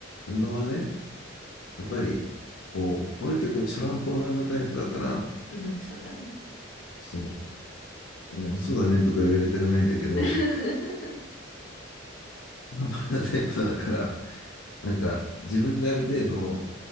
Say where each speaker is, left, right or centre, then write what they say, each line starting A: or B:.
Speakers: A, on the left (about 80°); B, on the left (about 70°).
A: 運動はね、やっぱり、こう、俺結構チャランポランなタイプだから、
B: うん、そうだね。
A: そう、うん、そうだねとか言われたくないんだけど、
B: <laughs>
A: チャランポランなタイプだから、なんか自分である程度、